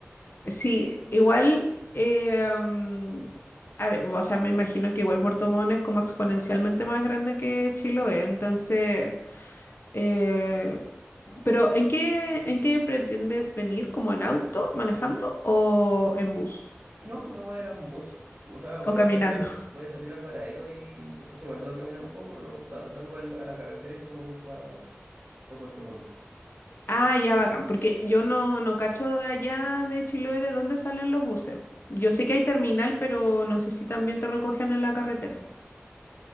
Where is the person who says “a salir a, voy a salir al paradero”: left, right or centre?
Right